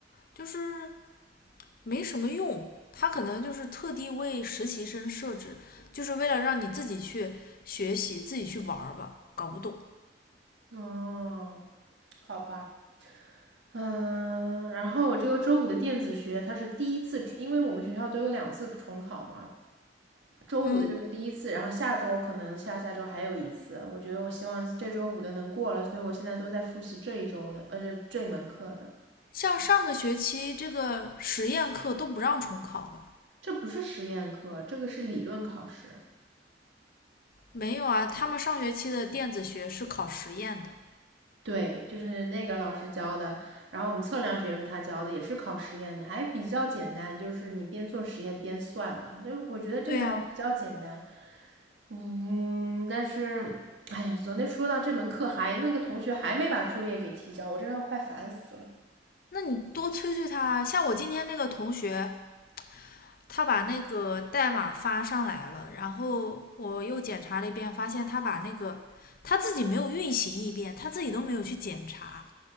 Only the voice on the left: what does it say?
就是没什么用。他可能就是特地为实习生设置，就是为了让你自己去学习、自己去玩儿吧，搞不懂。
嗯，
像上个学期这个实验课都不让重考的，
没有啊，他们上学期的电子学是考实验的。
对呀、
那你多催催他啊像我今天那个同学，他把那个代码发上来了，然后我又检查了一遍，发现他把那个他自己没有运行一遍，他自己都没有去检查。